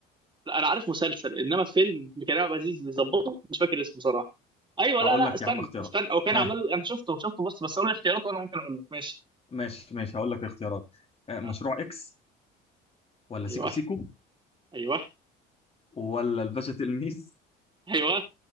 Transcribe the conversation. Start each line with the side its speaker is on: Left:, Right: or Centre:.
Right: لا انا عارف مسلسل انما فيلم لكريم عبد العزيز بيظبطه مش فاكر اسمه صراحه ايوه
Left: هقول
Right: لا لا
Left: لك
Right: استنى
Left: يا عم اختيارات
Right: استنى هو كان
Left: ها
Right: عامل انا شفته شفته بص بس قول لي اختيارات وانا ممكن اقول لك ماشي
Left: ماشي ماشي هقول لك الاختيارات آه، مشروع
Right: آه.
Left: اكس ولا
Right: ايوه
Left: سيكو سيكو
Right: ايوه
Left: ولا الباشا تلميذ
Right: ايوه